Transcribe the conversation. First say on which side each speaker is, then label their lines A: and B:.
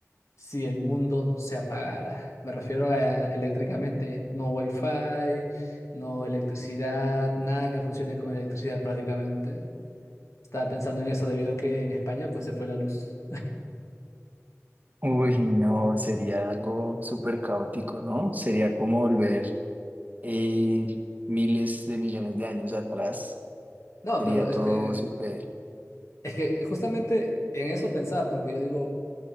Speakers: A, on the left; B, on the right.
A: si el mundo se apagara. Me refiero a eléctricamente, no wifi, no electricidad, nada que funcione con electricidad prácticamente. Estaba pensando en eso debido a que en España pues se fue la luz.
B: Uy, no, sería algo súper caótico, ¿no? Sería como volver eh, miles de millones de años atrás.
A: No,
B: Sería
A: pero es
B: todo
A: que,
B: súper...
A: es que justamente en eso pensaba, porque yo digo...